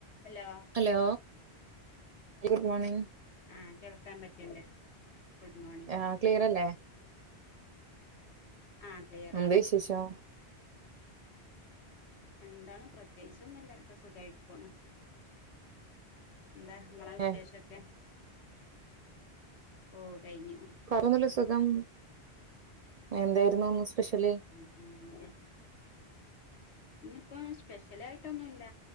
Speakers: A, on the left; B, on the right.
A: Hello
B: hello good morning
A: ആഹ് കേൾക്ക പറ്റ്ൺണ്ട് ഗുഡ് മോർണിം
B: ആഹ് ക്ലിയറല്ലേ
A: ആഹ് ക്ലിയർ
B: എന്താ
A: ആണ്
B: വിശേഷം
A: എന്താണ് പ്രത്യേകിച്ചൊന്നുല്ല ഒക്കെ സുഖായിട്ട് പോണ് എന്താ ങ്ങളെ വിശേഷൊക്കെ
B: ഏ
A: ഓ കഴിഞ്ഞു
B: വേറൊന്നുല്ല സുഖം എന്തായിരുന്നു ഇ ന്ന് സ്പെഷ്യല്
A: പിന്നെ ഇന്നിപ്പോ സ്പെഷ്യലായിട്ടൊന്നുല്ല